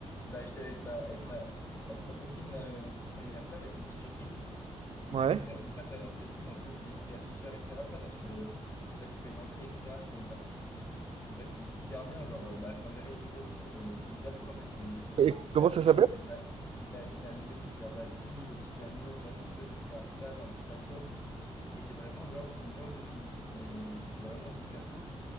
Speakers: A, on the left; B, on the right.
A: bah, j'étais avec ma, avec ma, avec ma copine là, euh, pour son anniversaire, j'ai fait une petite surprise. Et
B: Ouais.
A: du coup, mon frère, mon frère travaillait dans ce resto, bon après, c'est pris assez cher, etc. de ça, parce que, euh, en fait, tu payes l'entrée, etc., tu payes les artistes. En fait, c'est hyper bien, genre, euh, bah, je t'enverrai une vidéo si tu veux, mais c'est hyper cool, en fait. C'est,
B: Et
A: t'es
B: comment
A: là, tu
B: ça
A: manges,
B: s'appelle?
A: et t'as, et t'as, et t'as le mec qui fait la batterie, le petit piano, la chanteuse, etc., tout ça, t'as un petit saxo. Et c'est vraiment genre ambiance de film. Et c'est vraiment hyper cool.